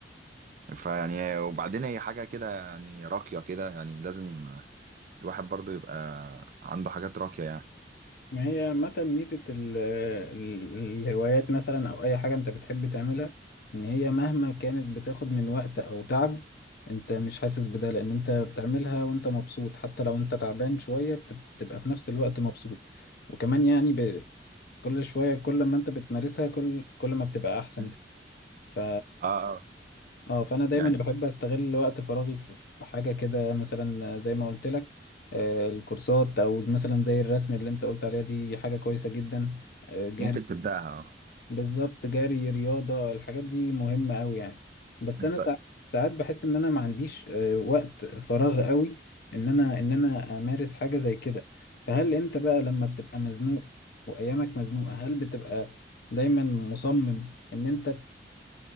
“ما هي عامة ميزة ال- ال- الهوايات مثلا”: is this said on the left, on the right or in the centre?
Left